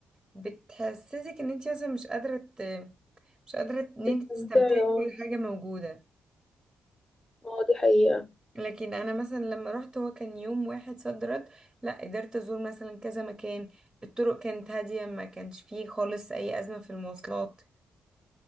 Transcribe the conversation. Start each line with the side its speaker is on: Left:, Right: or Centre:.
Right: بتحسسك ان انت اصلا مش قادرة ت- مش قادرة ان انت
Left: استمتعي
Right: تستمتعي
Left: اه
Right: بكل حاجة موجودة
Left: اه دي حقيقة
Right: لكن انا مثلا لما رحت هو كان يوم واحد صد رد لا قدرت ازور مثلا كذا مكان الطرق كانت هادية ما كانش فيه خالص اي ازمة في المواصلات